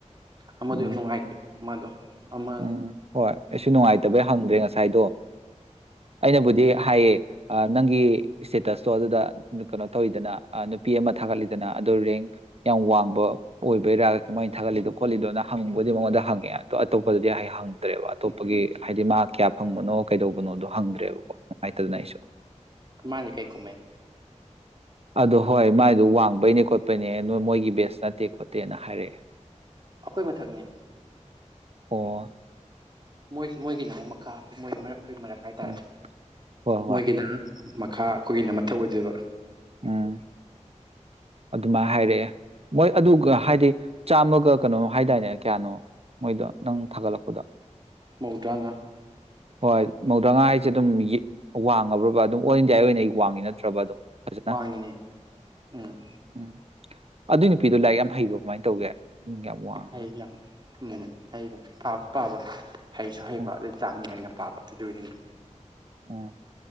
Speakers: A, on the right; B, on the right.
A: ꯑꯃꯗꯤꯗꯨ
B: ꯎꯝ
A: ꯌꯥꯝ ꯅꯨꯡꯉꯥꯏꯇꯦ ꯃꯥꯗꯣ ꯑꯃ
B: ꯎꯝ ꯍꯣꯏ ꯑꯩꯁꯨ ꯅꯨꯡꯉꯥꯏꯇꯕꯩ ꯍꯪꯗ꯭ꯔꯦ ꯉꯁꯥꯏꯗꯣ ꯑꯩꯅꯕꯨꯗꯤ ꯍꯥꯏꯌꯦ ꯅꯪꯒꯤ ꯏꯁꯇꯦꯇꯁꯇꯣ ꯑꯗꯨꯗ ꯀꯩꯅꯣ ꯇꯧꯋꯤꯗꯅ ꯅꯨꯄꯤ ꯑꯃ ꯊꯥꯒꯠꯂꯤꯗꯅ ꯑꯗꯣ ꯔꯦꯡ ꯌꯥꯝ ꯋꯥꯡꯕ ꯑꯣꯏꯕꯩꯔꯥꯒ ꯀ ꯃꯅ ꯊꯥꯒꯠꯂꯤꯗꯣ ꯈꯣꯠꯂꯤꯗꯣ ꯅꯪ ꯍꯪꯅꯤꯡꯕꯕꯨꯗꯤ ꯃꯉꯣꯟꯗ ꯍꯪꯉꯦ ꯑꯗꯣ ꯑꯇꯣꯞꯄꯗꯗꯤ ꯑꯩ ꯍꯪꯗ꯭ꯔꯦꯕ ꯑꯇꯣꯞꯄꯒꯤ ꯍꯥꯏꯗꯤ ꯃꯥ ꯀꯌꯥ ꯐꯪꯕꯅꯣ ꯀꯩꯗꯧꯕꯅꯣꯗꯣ ꯍꯪꯗ꯭ꯔꯦꯕꯀꯣ ꯅꯨꯡꯉꯥꯏꯇꯗꯅ ꯑꯩꯁꯨ
A: ꯃꯥꯅꯤ ꯀꯩ ꯀꯨꯝꯍꯩ
B: ꯑꯗꯣ ꯍꯣꯏ ꯃꯥꯏꯗꯣ ꯋꯥꯡ ꯗꯩꯅꯦ ꯈꯣꯠꯄꯩꯅꯦ ꯅꯣꯏ ꯃꯣꯏꯒꯤ ꯕꯦꯁ ꯅꯠꯇꯦ ꯈꯣꯠꯇꯦꯅ ꯍꯥꯏꯔꯛꯑꯦ
A: ꯑꯩꯈꯣꯏ ꯃꯊꯛꯅꯤ
B: ꯑꯣ
A: ꯃꯣꯏ ꯃꯣꯏꯒꯤꯅ ꯃꯨꯛ ꯃꯈꯥ ꯃꯣꯏ ꯃꯔꯛ ꯍꯥꯏꯇꯥꯔꯦ
B: ꯎꯝ ꯍꯣꯏ ꯍꯣꯏ
A: ꯃꯣꯏꯒꯤꯅ ꯃꯈꯥ ꯑꯩꯈꯣꯏꯒꯤꯅ ꯃꯊꯛ ꯑꯣꯏꯗꯣꯏꯕ
B: ꯎꯝ ꯑꯗꯨꯃꯥꯏꯅ ꯍꯥꯏꯔꯛꯑꯦ ꯃꯣꯏ ꯑꯗꯨꯒ ꯍꯥꯏꯗꯤ ꯆꯥꯝꯃꯒ ꯀꯩꯅꯣ ꯍꯥꯏꯗꯥꯏꯅꯦ ꯀꯌꯥꯅꯣ ꯃꯣꯏꯗꯣ ꯅꯪ ꯊꯥꯒꯠꯂꯛꯄꯗꯣ
A: ꯃꯧꯗ꯭ꯔꯥꯉꯥ
B: ꯍꯣꯏ ꯃꯧꯗ꯭ꯔꯥ ꯃꯉꯥ ꯍꯥꯏꯁꯦ ꯑꯗꯨꯝ ꯋꯥꯡꯉꯕ꯭ꯔꯕ ꯑꯗꯨꯝ ꯑꯣꯜ ꯏꯟꯗꯤꯌꯥꯒꯤ ꯑꯣꯏꯅ ꯋꯥꯡꯉꯤ ꯅꯠꯇ꯭ꯔꯕ ꯑꯗꯨꯝ ꯐꯖꯅ
A: ꯋꯥꯉꯤꯅ‌ꯦ ꯎꯝ
B: ꯎꯝ ꯑꯗꯨꯏ ꯅꯨꯄꯤꯗꯣ ꯂꯥꯏꯔꯤꯛ ꯌꯥꯝ ꯍꯩꯕ꯭ꯔꯣ ꯀꯃꯥꯏꯅ ꯇꯧꯒꯦ ꯎꯝ ꯌꯥꯝ ꯋꯥꯡꯉꯦꯕ
A: <unintelligible> ꯎꯝ ꯍꯩꯕꯅꯤ ꯊ ꯀꯥꯕ ꯍꯩꯁꯨ ꯍꯩꯕ
B: ꯎꯝ
A: ꯑꯗꯩ ꯆꯥꯡ ꯅꯥꯏꯅ ꯄꯥꯕ ꯑꯗꯨꯢ ꯗꯨꯢꯅꯤꯗ
B: ꯎꯝ